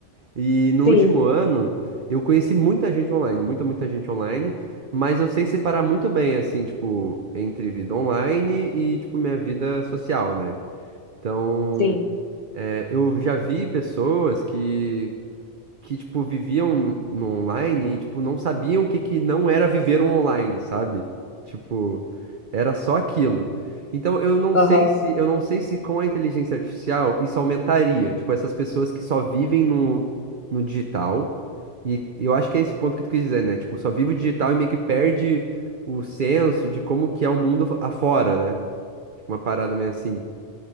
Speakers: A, on the right (about 50°); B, on the left (about 40°).
A: E no
B: sim,
A: último ano, eu conheci muita gente online, muita, muita gente online, mas eu sei separar muito bem, assim, tipo, entre vida online e, tipo, minha vida social, né? Então,
B: sim.
A: é, eu já vi pessoas que que, tipo, viviam no online e, tipo, não sabiam o que que não era viver o online, sabe? Tipo, era só aquilo. Então, eu não
B: Aham.
A: sei se, eu não sei se com a inteligência artificial isso aumentaria, tipo, essas pessoas que só vivem no, no digital. E eu acho que é esse o ponto que tu quis dizer, né? Tipo, só vive o digital e meio que perde o senso de como que é o mundo afora, né? Tipo, uma parada meio assim.